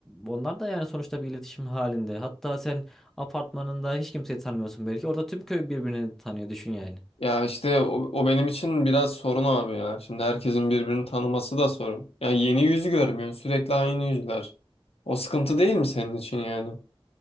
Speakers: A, in the centre; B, on the left.
A: onlar da yani sonuçta bir iletişim halinde. Hatta sen apartmanında hiç kimseyi tanımıyorsun belki. Orada tüm köy birbirini tanıyor düşün yani.
B: Ya işte o, o benim için biraz sorun abi ya. Şimdi herkesin birbirini tanıması da sorun. Yani yeni yüzü görmüyorsun. Sürekli aynı yüzler. O sıkıntı değil mi senin için yani?